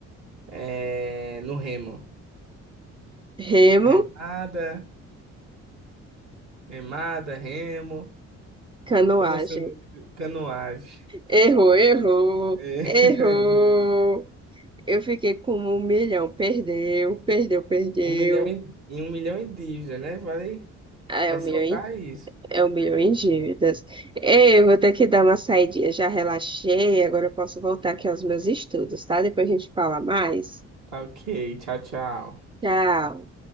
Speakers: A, on the right (about 60°); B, on the right (about 15°).
A: É, no remo.
B: Remo,
A: Arremada. Remada, remo.
B: canoagem.
A: Eu não sei o nome. de- Canoagem.
B: Errou, errou,
A: É, <laughs>
B: errou. Eu fiquei com um milhão. Perdeu, perdeu, perdeu.
A: Um milhão em, em um milhão em dívida, né? Vale
B: Ah, é
A: ressaltar
B: um milhão em,
A: isso.
B: é um milhão em dívidas. Ei, eu vou ter que dar uma saidinha. Já relaxei, agora eu posso voltar aqui aos meus estudos, tá? Depois a gente fala mais.
A: Tá ok. Tchau, tchau.
B: Tchau.